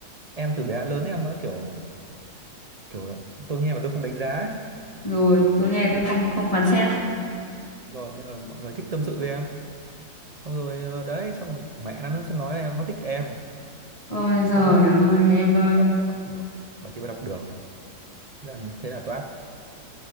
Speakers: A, on the right; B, on the left.
A: em từ bé đến lớn em nó kiểu kiểu tôi nghe mà tôi không đánh giá ấy.
B: rồi tôi nghe tôi không không phán xét
A: rồi nên là mọi người thích tâm sự với em xong rồi ờ, đấy xong rồi mẹ nó nó nói là em nó thích em
B: ôi giời
A: xong cái bà
B: ơi
A: kia
B: em ơi
A: bà kia bà đọc được bà kia bà đọc được thế là thế là toác